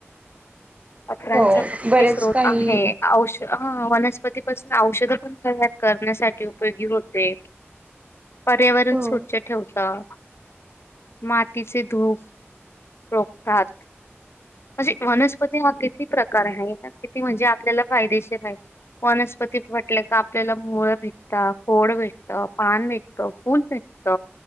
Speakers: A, on the left; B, on the right.
A: पत्रांचा
B: हो
A: मुख्य
B: बरेच
A: स्रोत
B: काही
A: आहे. औष हा वनस्पतीपासून औषधं पण तयार करण्यासाठी उपयोगी होते. पर्यावरण
B: हो
A: स्वच्छ ठेवतात, मातीचे धूप रोखतात. म्हणजे वनस्पती हा किती प्रकार आहे. किती म्हणजे आपल्याला फायदेशीर आहे. वनस्पती म्हटले का आपल्याला मुळ भेटत, खोड भेटत, पान भेटत, फूल भेटत,